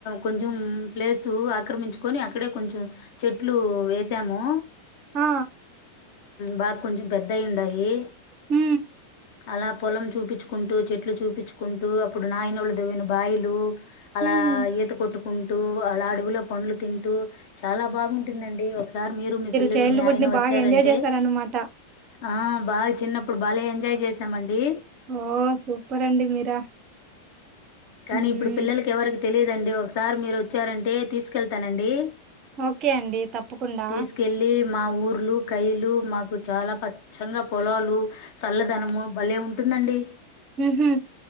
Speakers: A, on the left; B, on the right.
A: కొంచెం ప్లేసు ఆక్రమించుకొని అక్కడే కొంచెం చెట్లు వేసాము
B: హ
A: బాగా కొంచెం పెద్ద అయి ఉండయి
B: హ
A: అలా పొలం చూపించుకుంటూ చెట్లు చూపించుకుంటూ అప్పుడు నాయినోళ్ళు దవ్విన బాయలు అలా
B: హ్మ్.
A: ఈత కొట్టుకుంటూ అలా అడవులో పండ్లు తింటూ చాలా బాగుంటుందండి ఒకసారి మీరు మీ పిల్లలు,
B: చైల్డ్హుడ్
A: మీ ఆయన
B: ని
A: వచ్చారంటే
B: బాగా ఎంజాయ్ చేశారనమాట.
A: ఆ బాగా చిన్నపుడు బల్లే ఎంజె ఓయ్ చేసాము అండి
B: ఓహ్! సూపరండి మీర.
A: కాని
B: మ్మ్
A: ఇప్పుడు పిల్లలాకి యవరకి తేలియధు అండీ ఓక్సారే మీరు వచరన్టె తిస్కెల్తాను అండీ
B: ఓకే అండి తప్పకుండా
A: తి. వెళ్ళి మా ఊర్లు కలు మాకు చాల పచ్చ ప చల్లదనము భలే ఉంటుందండి
B: ఉహు